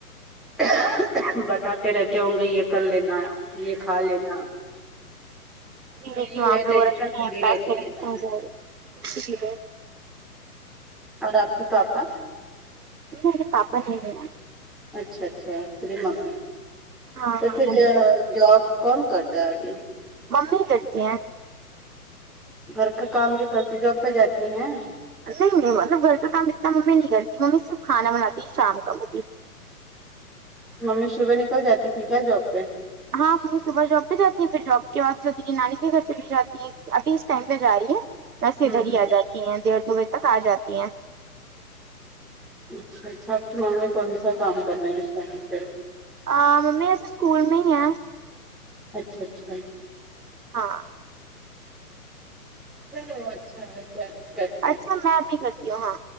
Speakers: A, in the centre; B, on the right (about 70°).
A: خو خو بتاتے رہتے ہوں گے یہ کر لینا یہ کھا لینا
B: ہے
A: یہی
B: کہ وہاں پہ
A: ٹینشن
B: وہ رکھے
A: لگی
B: ہیں پیسے
A: رہتی
B: رکھے
A: ہے
B: ہو کچھ اسی لیے
A: اور آپ کے پاپا
B: نہیں پاپا نہیں ہے
A: اچھا اچھا پری مم
B: ہاں
A: تو
B: ہاں
A: پھر
B: ممی ہے
A: جاب کون کرتا ہے ابھی
B: ممی کرتی ہیں
A: گھر کا کام بھی کرتی جاب پہ جاتی ہیں
B: نہیں نہیں مطلب گھر کا کام اتنا ممی نہیں کرتی ممی صرف کھانا بناتی شام کا وہ بھی
A: ممی صبح نکل جاتی تھی کیا جاب پہ
B: ہاں ممی صبح جاب پہ جاتی ہیں پھر جاب کے بعد میری نانی کے گھر چلی جاتی ہیں ابھی اس ٹائم پہ جا رہی ہے ایسے ادھر
A: ہوں
B: ہی
A: ہ
B: آ جاتی ہیں ڈیڑھ دو بجے تک آ جاتی ہیں
A: اچھا اچھا ممی نے کون سا کام کرنا ہے اس ٹائم پہ
B: ہ ممی اس سکول میں ہی ہیں
A: اچھا اچھا
B: ہاں
A: چلو اچھا ہے کیا دقت ہے
B: اچھا میں بھی کرتی ہوں ہاں